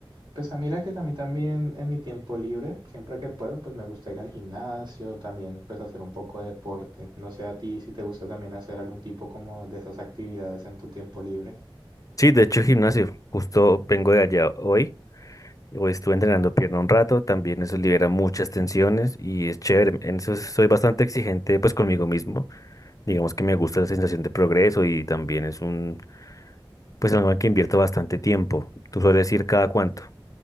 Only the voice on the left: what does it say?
Sí, de hecho, gimnasio, justo vengo de allá hoy. O estuve entrenando pierna un rato, también eso libera muchas tensiones y es chévere. En eso soy bastante exigente pues conmigo mismo. Digamos que me gusta la sensación de progreso y también es un, pues algo en que invierto bastante tiempo. ¿Tú sueles ir cada cuánto?